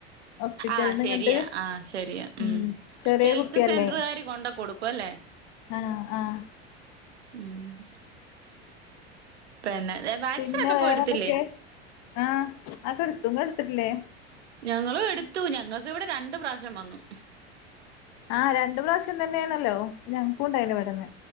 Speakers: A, on the left; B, on the right.
A: ഹോസ്പിറ്റല്ന്നിങ്ങട്ട്
B: ആഹ് ശരിയാ ആഹ് ശരിയാ
A: ഉം ചെറിയ
B: ഹെൽത്ത്
A: കുട്ടിയല്ലേ.
B: സെന്ററുകാര് കൊണ്ട കൊടുക്കും അല്ലേ
A: ആഹ, ആഹാ.
B: മ്മ്. പിന്നെ വാക്സിനൊക്കെ-
A: പിന്നെ വേറെന്തൊക്കെ
B: പോയെടുത്തില്ലേ?
A: ആഹ് അഒക്കെടുത്തു. ഇങ്ങളെടുത്തിട്ടില്ലേ?
B: ഞങ്ങളും എടുത്തു ഞങ്ങക്കിവിടെ- രണ്ട് പ്രാവശ്യം വന്നു.
A: ആഹ് രണ്ട് പ്രാവശ്യം, തന്നെയാണല്ലോ ഞങ്ങക്കും ഉണ്ടായിന് ഇവിടന്ന്.